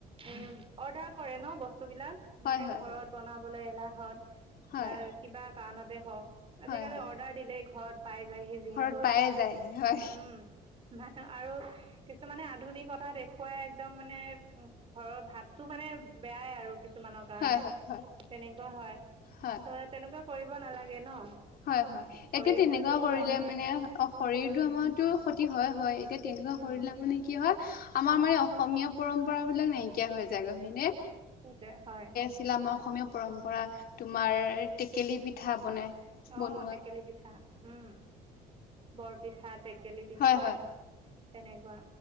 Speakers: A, on the right; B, on the left.
A: উম অৰ্ডাৰ কৰে ন বস্তুবিলাক মানে
B: হয় হয় হয়
A: ঘৰত বনাবলৈ এলাহত
B: হয় হয় হয়
A: বা কিবা কাৰণতে হওক আজিকালি
B: হয় হয়
A: অৰ্ডাৰ দিলে ঘৰত পাই যায়হি যিহেতু
B: ঘৰত পায়ে যায়হি হয়
A: উম। মানহ আৰু কিছুমানে আধুনিকতা দেখুৱাই একদম মানে ঘৰৰ ভাত তটো মানে বেয়াই আৰু কিছুমানৰ কাৰণে
B: হয় হয় হয়
A: তেনেকুৱা হয়।
B: হয়
A: ত তেনেকুৱা কৰিব নালাগে ন।
B: হয় হয়
A: শৰীৰটো
B: এতিয়া তেনেকুৱা
A: যিহেতু
B: কৰিলে
A: আমাৰ
B: মানে অ শৰীৰটো
A: উম
B: আমাৰো হয় হয় এতিয়া তেনেকুৱা
A: উম
B: কৰিলে মানে কি হয়। আমাৰ মানে অসমীয়া পৰম্পৰা বিলাক নাইকিয়া হৈ যায় সিনে
A: সেইটো হয়।
B: আছিলে আমাৰ অসমীয়া পৰম্পৰা তোমাৰ টেকেলি পিঠা বনাই।
A: আহ
B: বনোৱা
A: টেকেলি পিঠা উম। বৰপিঠা টেকেলি পিঠা
B: হয় হয়
A: তেনেকুৱা